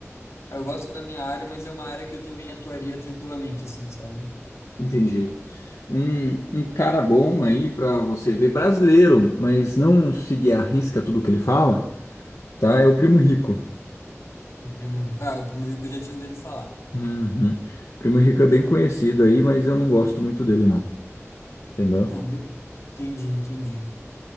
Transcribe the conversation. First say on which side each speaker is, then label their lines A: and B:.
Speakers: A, on the left; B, on the left.
A: eu gosto da minha área, mas é uma área que eu também atuaria tranquilamente, assim, sabe?
B: Entendi. Um, um cara bom aí pra você ver, brasileiro, mas não seguir à risca tudo que ele fala, tá? É o Primo Rico.
A: O Primo Rico. Ah, o Primo Rico eu já tinha ouvido falar.
B: Uhum. Primo Rico é bem conhecido aí, mas eu não gosto muito dele, não. Entendeu?
A: Ah, be... entendi, entendi.